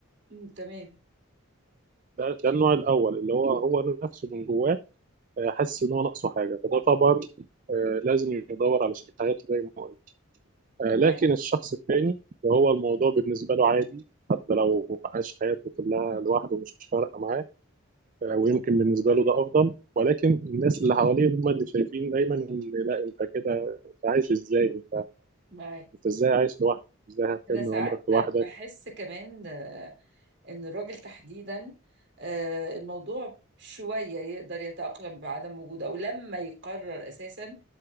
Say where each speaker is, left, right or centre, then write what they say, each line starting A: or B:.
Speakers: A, on the right; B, on the right.
A: أمم، تمام
B: ده ده النوع الاول اللي هو هو نفسه من جواه آه، حاسس ان هو ناقصه حاجه فده طبعا آه، لازم يدور على شريك حياته زي ما قلت آه،
A: معاك
B: لكن الشخص الثاني اللي هو الموضوع بالنسبه له عادي حتى لو عاش حياته كلها لوحده مش فارقه معاه آه، ويمكن بالنسبه له ده افضل ولكن الناس اللي حواليه هم اللي شايفين دايما ان لا انت كده انت عايش ازاي
A: معاك
B: انت ازاي عايش لوحدك ازاي هتكمل
A: أنا ساعات
B: عمرك لوحدك
A: بحس كمان ان الراجل تحديدا آه، الموضوع شوية يقدر يتأقلم بعدم وجوده او لما يقرر اساسا